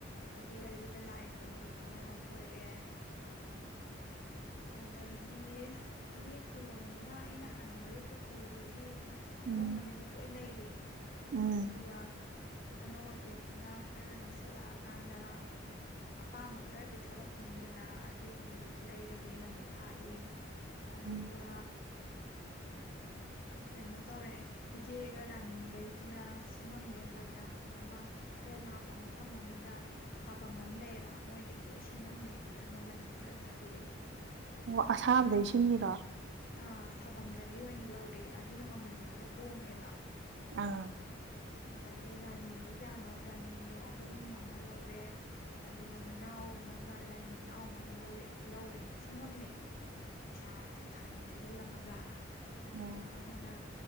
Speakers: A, on the left; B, on the right.
A: ꯑꯗꯨ ꯂꯩꯕꯗ ꯂꯥꯏ ꯀꯣꯟ ꯂꯤꯛ ꯑꯃ ꯌꯥꯎꯊꯣꯔꯛꯑꯦ ꯑꯗꯒꯤ ꯐꯅꯦꯛ ꯐꯤꯔꯣꯜꯗꯨꯅ ꯑꯩꯅ ꯍꯥꯟꯅ ꯃꯔꯨꯞ ꯇꯧꯁꯜꯂꯨꯕꯒꯤ
B: ꯎꯝ
A: ꯑꯅꯝꯕꯅꯦꯗꯤ ꯂꯣꯏ ꯂꯩꯔꯤ ꯇꯦ
B: ꯎꯝ
A: ꯑꯗꯨꯒ ꯑꯅꯧ ꯑꯄꯦꯠꯇꯨꯅ ꯈꯔ ꯅꯛꯁꯜꯂꯛꯑꯀꯥꯟꯗ ꯑꯄꯥꯝꯕ ꯈꯔꯗꯤ ꯊꯣꯛꯂꯛꯈꯤꯅꯤꯗꯅ ꯑꯗꯨꯒꯤ ꯂꯩꯔꯒꯦꯅ ꯑꯃꯨꯛ ꯈꯥꯛꯏ ꯑꯗꯨꯒ
B: ꯎꯝ
A: ꯀꯩꯅꯣ ꯇꯧꯔꯦ ꯐꯤꯒꯦꯒ ꯔꯥꯅꯤꯈꯩꯗꯨꯅ ꯁꯤꯡꯉꯝꯃꯦ ꯂꯣꯏꯅ ꯑꯃ ꯈꯔ ꯂꯥꯞꯄ ꯃꯐꯝ ꯑꯃꯗ ꯁꯥꯐꯝ ꯑꯃ ꯂꯩꯌꯦꯕ ꯃꯣꯏꯗꯒꯤ ꯂꯣꯏ ꯁꯤꯡꯉꯝꯃꯦ ꯈꯔ ꯃꯃꯜꯁꯨ ꯈꯔ ꯇꯥꯕꯤꯔꯛꯑꯦ
B: ꯑꯣ ꯑꯁꯥꯕꯗꯩ ꯁꯤꯟꯉꯔꯣ
A: ꯑꯥ ꯁꯥꯐꯝꯝꯗꯒꯤ ꯑꯣꯏꯅ ꯂꯧꯔꯤ ꯑꯗꯨꯅ ꯃꯃꯟꯗꯣ ꯈꯔ ꯍꯣꯡꯉꯦꯕ
B: ꯑꯥ
A: ꯑꯗꯒꯤ ꯔꯥꯅꯤꯗꯣ ꯀꯌꯥꯅꯣ ꯔꯥꯅꯤꯗꯣ ꯑꯍꯨꯝ ꯑꯃ ꯂꯧꯔꯦ ꯑꯗꯨꯒ ꯃꯅꯥꯎ ꯑꯃꯒ ꯔꯥꯅꯤ ꯃꯅꯥꯎ ꯑꯃꯒ ꯂꯧꯔꯦ ꯂꯧꯔꯦ ꯏꯁꯤꯡꯉꯝꯃꯦ ꯄꯩꯁꯥ ꯇꯪꯈꯥꯏꯃꯨꯛ ꯊꯤꯖꯤꯜꯂꯝꯃꯒ ꯑꯗꯨꯒ
B: ꯑꯣ,
A: ꯑꯃꯅ